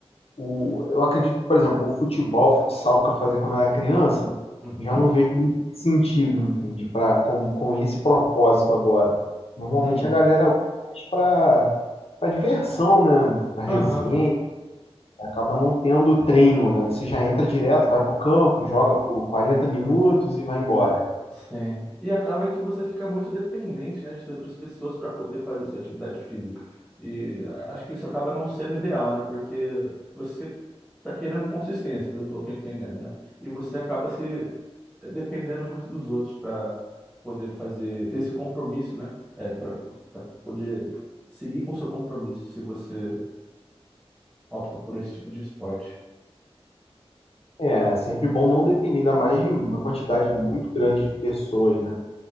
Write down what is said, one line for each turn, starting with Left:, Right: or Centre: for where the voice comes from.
Left: o, eu acredito que, por exemplo, o futebol, o futsal que eu fazia quando eu era criança,
Centre: Uhum.
Left: já não vejo muito sentido, entende? Pra, com, com esse propósito agora. Normalmente
Centre: Sim.
Left: a galera usa mais para para diversão, né? Para
Centre: Aham.
Left: resenha, acaba não tendo treino, né? Você já entra direto, vai para o campo, joga por 40 minutos e vai embora.
Centre: Sim. E acaba que você fica muito dependente, né, de ter outras pessoas para poder fazer sua atividade física. E a- acho que isso acaba não sendo ideal, né? Porque você tá querendo consistência, pelo que eu tô entendendo, né? E você acaba se eh, dependendo muito dos outros para poder fazer, ter esse compromisso, né? É, para poder seguir com seu compromisso se você opta por esse tipo de esporte.
Left: É, é sempre bom não depender, ainda mais de uma quantidade muito grande de pessoas, né.